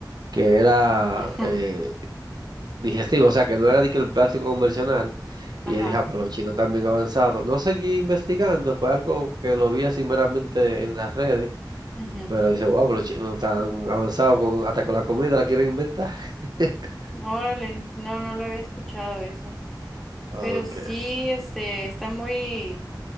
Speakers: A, on the right; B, in the centre.
A: que era
B: <laughs>
A: eh, digestivo, o sea, que no era de que el plástico convencional. Y
B: Ajá.
A: yo dije, ah, pero los chinos también avanzados. No seguí investigando, fue algo que lo vi así meramente en las redes
B: ujú.
A: Pero dice, wow, pero los chinos tan avanzados con, hasta con la comida la quieren inventar. <laughs>
B: Órale, no, no lo había escuchado eso.
A: Ok.
B: Pero sí, este, está muy,